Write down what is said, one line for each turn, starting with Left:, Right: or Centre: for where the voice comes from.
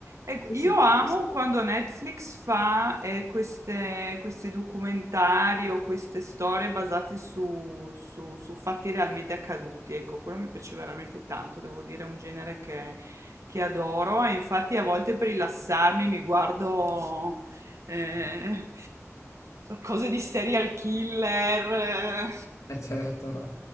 Right: E
Left: Sì,
Right: io
Left: sì,
Right: amo quando Netflix fa eh, queste, questi documentari o queste storie basate su, su- su fatti realmente accaduti. Ecco, quello mi piace veramente tanto, devo dire, è un genere che, che adoro e infatti a volte per rilassarmi mi guardo. eh, cose di serial killer, eh,
Left: è certo.